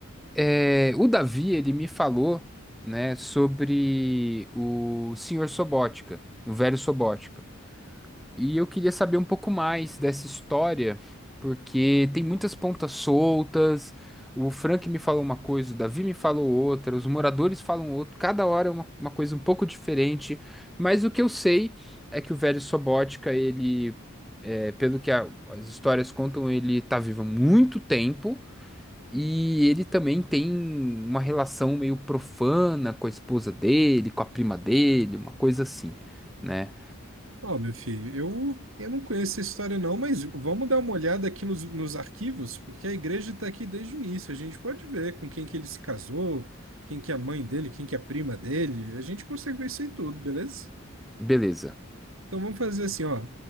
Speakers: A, in the centre; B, on the right (about 70°).
A: é, o Davi, ele me falou, né, sobre o senhor Sobótica, o velho Sobótica. E eu queria saber um pouco mais dessa história, porque tem muitas pontas soltas. O Frank me falou uma coisa, o Davi me falou outra, os moradores falam outra, cada hora é uma, uma coisa um pouco diferente. Mas o que eu sei é que o velho Sobótica, ele, é, pelo que a- as histórias contam, ele tá vivo há muito tempo. E ele também tem uma relação meio profana com a esposa dele, com a prima dele, uma coisa assim, né?
B: Ó, meu filho, eu, eu não conheço essa história não, mas vamos dar uma olhada aqui nos, nos arquivos, porque a igreja está aqui desde o início. A gente pode ver com quem que ele se casou, quem que é a mãe dele, quem que é a prima dele. A gente consegue ver isso aí tudo, beleza?
A: Beleza.
B: Então vamos fazer assim, ó.